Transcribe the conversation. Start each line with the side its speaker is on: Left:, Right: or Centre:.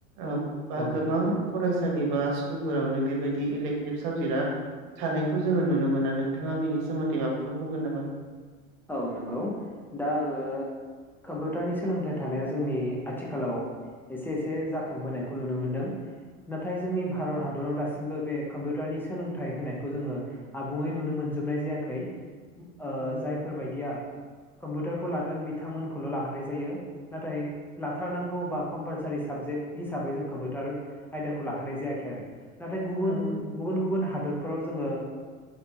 Right: ओ बा
Centre: औ
Right: गोबां फरायसालि बा स्कुलफोरावनो बेबायदि इलेक्टिभ साबजेक्ट आ थानायखौ जोङो नुनो मोना नोंथाङा बेनि सोमोन्दै माबाफोर बुंगोन नामा?
Centre: औ नंगौ दा आङो कम्पिउटारनि सोलोंथाइ थानाया जोंनि आथिखालाव एसे एसे जाखांबोनायखौ नुनो मोनदों नाथाय जोंनि भारत हादराव दासिमबो बे कम्पिउटारनि सोलोंथाइ होनायखौ जोङो आबुङै नुनो मोनजोबनाय जायाखै ओ
Right: औ
Centre: जाय या कम्पिउटारखौ लागोन बिथांमोनखौल' लाहोनाय जायो नाथाय लाथारनांगौबा कम्पालसारि साबजेक्ट हिसाबै जों कम्पिउटार आयदाखौ लाहोनाय जायाखै आरो नाथाय गुबुन
Right: औ औ
Centre: गुबुन गुबुन हादर फोराव जोङो